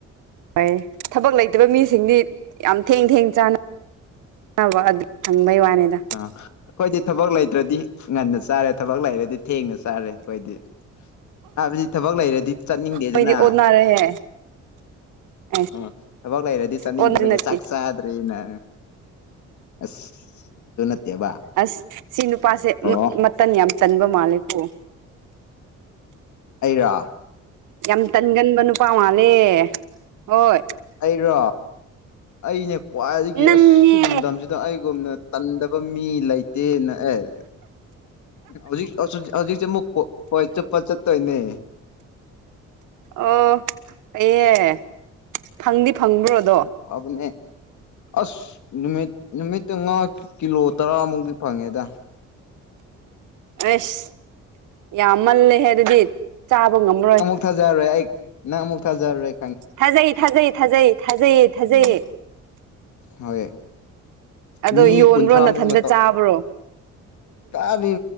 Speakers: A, on the right; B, on the left.
A: ꯍꯣꯏ ꯊꯕꯛ ꯂꯩ ꯃꯤꯁꯤꯡꯗꯤ ꯌꯥꯝ ꯊꯦꯡ ꯊꯦꯡ ꯆꯥꯅꯅꯕ ꯑꯗꯨ ꯍꯪꯕꯩ ꯋꯥꯅꯤꯗ
B: ꯑꯥ ꯑꯩꯈꯣꯏꯗꯤ ꯊꯕꯛ ꯂꯩꯇ꯭ꯔꯗꯤ ꯉꯟꯅ ꯆꯥꯔꯦ ꯊꯕꯛ ꯂꯩꯔꯗꯤ ꯊꯦꯡꯅ ꯆꯥꯔꯦ ꯑꯩꯈꯣꯏꯗꯤ ꯍꯥꯏꯕꯗꯤ ꯊꯕꯛ ꯂꯩꯔꯗꯤ ꯆꯠꯅꯤꯡꯗꯦꯗꯅ
A: ꯃꯣꯏꯗꯤ ꯑꯣꯟꯅꯔꯦꯍꯦ ꯑꯦꯁ
B: ꯎꯝ ꯊꯕꯛ ꯂꯩꯔꯗꯤ ꯆꯥꯅꯤꯡꯗꯕꯒꯤ
A: ꯑꯣꯟꯗꯤ ꯅꯠꯇꯦ
B: ꯆꯥꯛ ꯆꯥ ꯅꯦꯅ ꯑꯁ ꯑꯗꯨ ꯅꯠꯇꯦꯕ
A: ꯑꯁ ꯁꯤ ꯅꯨꯄꯥꯁꯦ
B: ꯑꯣ
A: ꯃꯇꯝ ꯌꯥꯝ ꯆꯟꯕ ꯃꯥꯜꯂꯦꯀꯣ
B: ꯑꯩꯔꯣ
A: ꯌꯥꯝ ꯇꯟꯒꯟꯕ ꯅꯨꯄꯥ ꯃꯥꯜꯂꯦ ꯍꯣꯏ
B: ꯑꯩꯔꯣ ꯑꯩꯅꯦ ꯈ꯭ꯋꯥꯏꯗꯒꯤ
A: ꯅꯪꯅꯦ
B: ꯑꯁ ꯂꯝꯗꯝꯁꯤꯗ ꯑꯩꯒꯨꯝꯅ ꯇꯟꯗꯕ ꯃꯤ ꯂꯩꯇꯦꯅ ꯑꯦ ꯎ ꯍꯧꯖꯤꯛ ꯍꯧꯖꯤꯛꯁꯦ ꯑꯃꯨꯛ ꯈꯣꯏ ꯆꯨꯞꯄ ꯆꯠꯇꯣꯏꯅꯦ
A: ꯑꯣ ꯑꯦ ꯐꯪꯗꯤ ꯐꯪꯕ꯭ꯔꯣ ꯑꯗꯣ
B: ꯐꯥꯕꯅꯦ ꯑꯁ ꯅꯨꯃꯤꯠ ꯅꯨꯃꯤꯠꯇ ꯉꯥ ꯀꯤꯂꯣ ꯇꯔꯥꯃꯨꯛꯗꯤ ꯐꯪꯉꯦꯗ
A: ꯑꯁ ꯌꯥꯝꯃꯜꯂꯦ ꯍꯥꯏ ꯑꯗꯨꯗꯤ ꯆꯥꯕ ꯉꯝꯃꯔꯣꯏ
B: ꯊꯥꯖꯔꯣꯏ ꯑꯩ ꯅꯪ ꯑꯃꯨꯛ ꯊꯥꯖꯔꯣꯏ
A: ꯊꯥꯖꯩ ꯊꯥꯖꯩ ꯊꯥꯖꯩ ꯊꯥꯖꯩ ꯊꯥꯖꯩꯌꯦ
B: ꯎꯝ ꯍꯣꯏ
A: ꯑꯗꯣ
B: ꯃꯤ
A: ꯌꯣꯟꯕ꯭ꯔꯣ
B: ꯀꯨꯟꯊ꯭ꯔꯥꯃꯨꯛꯅ
A: ꯅꯥꯊꯟꯇ ꯆꯥꯕ꯭ꯔꯣ
B: ꯀꯥꯅꯤ